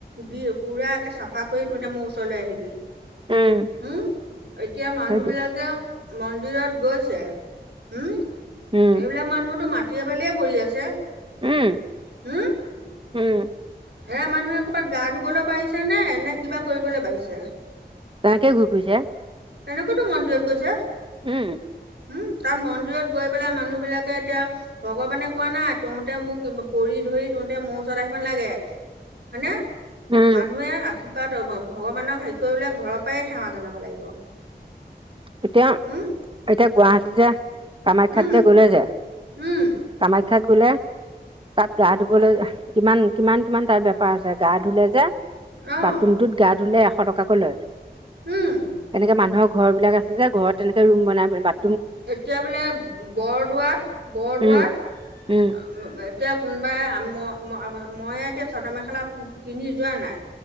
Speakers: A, on the right; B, on the right.
A: দি পুৰা একে চাফা কৰি তোহঁতে মোৰ ওচ ৰলে আহিবি
B: উম
A: হুম এতিয়া মানুহ
B: সেইটোৱে
A: বিলাক যে মন্দিৰত গৈছে হোম
B: উম
A: সেইবিলাক মানুহতো মা টিয়ে বালিয়ে পৰি আছে।
B: উম।
A: হুম?
B: উম।
A: সেয়া মানুহে ক'ৰবাত গা ধুবলৈ পাৰিছে নে, নে কিবা কৰিবলৈ পাৰিছে।
B: তাকে ঘুৰি ফুৰিছে।
A: তেনেকৈটো মন্দিৰত গৈছে।
B: উম।
A: উম তাত মন্দিৰত গৈ পেলাই মানুহ বিলাকে এতিয়া ভগৱানে কোৱা নাই তহঁতে মোক পৰি ধৰি তহঁতে মোৰ ওচৰত আহিব নালাগে। হয় নে?
B: উম
A: মানুহে আশীৰ্বাদ ভগৱানক হেৰি কৰিলে ঘৰৰ পৰাই সেৱা জনাব লাগিব।
B: এতিয়া,
A: উম,
B: এতিয়া গুৱাহাটীত যে কামাখ্যাত
A: উম,
B: যে গলে যে।
A: উম।
B: কামাখ্যাত গলে তাত গা ধুবলৈ কিমান কিমান কিমান তাৰ বেপাৰ আছে গা ধুলে যে
A: অ',
B: বাথৰুমটোত গা ধুলে এশ টকাকৈ লয়।
A: উম।
B: এনেকে মানুহৰ ঘৰ বিলাক আছে যে ঘৰত তেনেকে ৰুম বনাই বা
A: এতিয়া বোলে বৰদোৱাত বৰদোৱাত
B: উম উম
A: এতিয়া কোনোবাই ম মই এতিয়া চাদৰ মেখেলা পিন্ধি যোৱা নাই